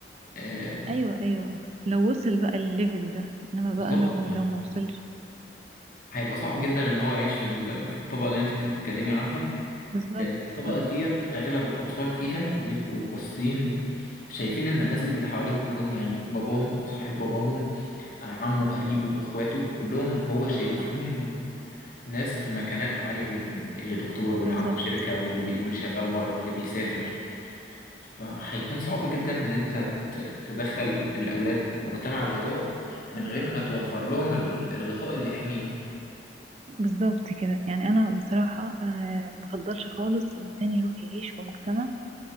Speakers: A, on the left (about 50°); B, on the right (about 35°).
A: آه
B: ايوه ايوه لو وصل بقى الليفل ده انما
A: بالظبط
B: بقى لو
A: ما-
B: لو ما وصلش
A: هيبقى صعب جدا ان هو يعيش في ال- في الطبقة اللي انت بتتكلمي عنها
B: بالظبط
A: لأن الطبقة
B: صح
A: ديت أغلب الأطفال فيها بيبقوا باصين شايفين النماذج اللي حواليهم كلهم يعني باباهم صاحب باباهم آه، عمه قريبه إخواته كلهم هو شايفهم
B: صح
A: ناس في مكانات عالية جدا اللي دكتور واللي
B: بالظبط
A: عنده شركة واللي بي... واللي شغال بره واللي بيسافر فهيكون صعب جدا إن أنت ت- تدخل الأولاد مجتمع زي دوت من غير ما توفر لهم ال- الغطاء اللي يحميهم
B: بالظبط كده يعني انا بصراحة آه بفضلش خالص الانسان يروح يعيش في مجتمع